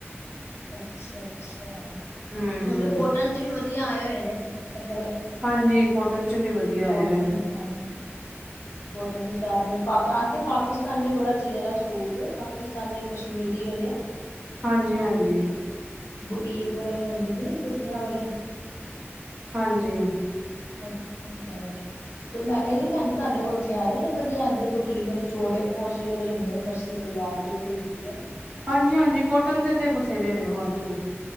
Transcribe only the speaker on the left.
ਅੱਛਾ ਅੱਛਾ
ਹੁਣ ਤੇ ਕੋਟਨ 'ਚ ਵੀ ਵਧੀਆ ਆਏ ਹੋਏ ਨੇ ਕੱਪੜੇ
ਕੋਟਨ
ਹਾਂਜੀ ਕੋਟਨ 'ਚ ਫੈਬਰਿਕ ਐਤਕੀ ਪਾਕਿਸਤਾਨੀ ਬੜਾ ਚਲਿਆ ਦਾ ਸੂਟ ਪਾਕਿਸਤਾਨੀ ਕਸ਼ਮੀਰੀ ਵਾਲੇ
ਬੁਟੀਕ ਵਾਲੇ ਲੈਣ ਜਾਂਦੇ ਨੇ ਬੂਟੀਆਂ ਵਾਲੇ
ਹੋਰ ਕੀ ਹੁੰਦਾ ਆ ਤੇ ਮੈਂ ਕਿਹਾ ਜੀ ਭੈਣ ਜੀ ਤੁਹਾਡੇ ਉੱਥੇ ਆਏ ਨੇ ਵਧੀਆ ਇੱਧਰ ਬੁਟੀਕ ਵਾਲੇ ਚੋੜ ਪੋਚੇ ਵਾਲੇ ਜੋ ਹੁੰਦੇ ਨੇ ਫਰਸੀ ਸਲਵਾਰ ਜਿਹੜੀ ਹੁੰਦੀ ਹੈ।